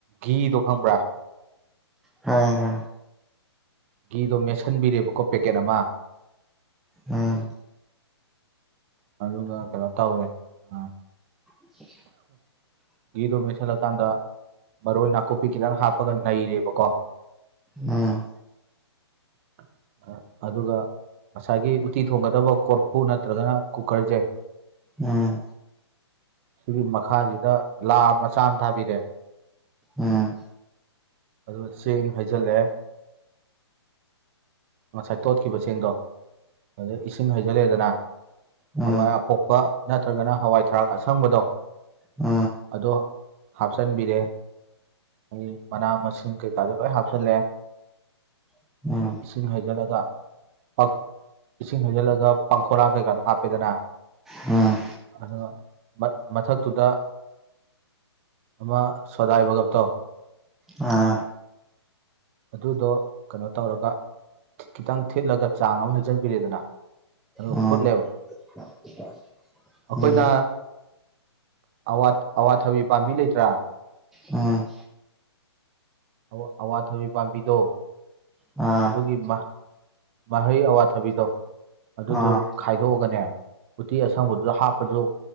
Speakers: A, on the right (about 30°); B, in the centre.
A: ꯘꯤꯗꯣ ꯈꯪꯕ꯭ꯔꯥ
B: ꯈꯪꯉꯦ ꯈꯪꯉꯦ
A: ꯘꯤꯗꯣ ꯃꯦꯠꯁꯤꯟꯕꯤꯔꯦꯕꯀꯣ ꯄꯦꯀꯦꯠ ꯑꯃ
B: ꯎꯝ
A: ꯑꯗꯨꯒ ꯀꯩꯅꯣ ꯇꯧꯔꯦ ꯑꯥ
B: <inaudible>
A: ꯒꯤꯘꯨ ꯃꯦꯠꯁꯜꯂꯀꯥꯟꯗ ꯃꯔꯣꯏ ꯅꯥꯀꯨꯞꯄꯤ ꯈꯤꯇꯪ ꯍꯥꯞꯄꯒ ꯅꯩꯔꯦꯕꯀꯣ
B: ꯑꯥ
A: <inaudible> ꯑꯥ ꯑꯗꯨꯒ ꯉꯁꯥꯏꯒꯤ ꯎꯠꯇꯤ ꯊꯣꯡꯒꯗꯕ ꯀꯣꯔꯐꯨ ꯅꯠꯇ꯭ꯔꯒꯅ ꯀꯨꯀꯔ ꯖꯦ
B: ꯑꯥ
A: ꯁꯤꯒꯤ ꯃꯈꯥꯁꯤꯗ ꯂꯥ ꯃꯆꯥ ꯑꯃ ꯊꯥꯕꯤꯔꯦ
B: ꯎꯝ ꯎꯝ
A: ꯑꯗꯨꯒꯥ ꯁꯦꯡ ꯍꯩꯖꯤꯜꯂꯦ ꯉꯁꯥꯏ ꯇꯣꯠꯈꯤꯕ ꯆꯦꯡꯗꯣ ꯑꯗꯨꯗꯥ ꯏꯁꯤꯡ ꯍꯩꯖꯤꯜꯂꯦꯗꯅ
B: ꯎꯝ
A: ꯍꯋꯥꯏ ꯑꯄꯣꯛꯄ ꯅꯠꯇ꯭ꯔꯒꯅ ꯍꯋꯥꯏ ꯊꯔꯥꯛ ꯑꯁꯪꯕꯗꯣ
B: ꯎꯝ
A: ꯑꯗꯣ ꯍꯥꯞꯆꯤꯟꯕꯤꯔꯦ ꯑꯗꯩꯩ ꯃꯅꯥ ꯃꯁꯤꯡ ꯀꯩꯀꯥꯗꯣ ꯂꯣꯏ ꯍꯥꯞꯆꯤꯜꯂꯦ
B: ꯎꯝ
A: ꯏꯁꯤꯡ ꯍꯩꯖꯤꯜꯂꯒ ꯄꯥꯡ ꯏꯁꯤꯡ ꯍꯩꯖꯤꯜꯂꯒ ꯄꯥꯡꯈꯣꯛꯂꯥ ꯀꯩꯀꯥꯗꯣ ꯍꯥꯞ ꯍꯞꯄꯦꯗꯅ
B: ꯎꯝ
A: ꯑꯗꯨꯒ ꯃꯥ ꯃꯊꯛꯇꯨꯗ ꯑꯃ ꯁꯣꯗꯥꯏꯕꯒꯞꯇꯣ
B: ꯑ
A: ꯑꯗꯨꯗꯣ ꯀꯩꯅꯣ ꯇꯧꯔꯒ ꯈꯤꯇꯪ ꯊꯦꯠꯂꯒ ꯆꯥꯡ ꯑꯃ ꯍꯩꯖꯟꯕꯤꯔꯦꯗꯅ ꯑꯗꯨꯒ
B: ꯎꯝ
A: ꯐꯨꯠꯂꯦꯕ
B: <inaudible>
A: ꯑꯩꯈꯣꯏꯅ
B: ꯎꯝ
A: ꯑꯋꯥ ꯑꯋꯥꯊꯥꯕꯤ ꯄꯥꯝꯕꯤ ꯂꯩꯇ꯭ꯔꯥ
B: ꯑꯥ
A: ꯑꯋꯥ ꯑꯋꯥꯊꯥꯕꯤ ꯄꯥꯝꯕꯤꯗꯣ
B: ꯑꯥ
A: ꯑꯗꯨꯒꯤ ꯃꯥ ꯃꯍꯩ ꯑꯋꯥꯊꯕꯤꯗꯣ ꯑꯗꯨꯗꯨ
B: ꯑꯥ
A: ꯈꯥꯏꯗꯣꯛꯑꯒꯅꯦ ꯎꯇꯤ ꯑꯁꯪꯕꯗꯨꯗ ꯍꯥꯞꯄꯁꯨ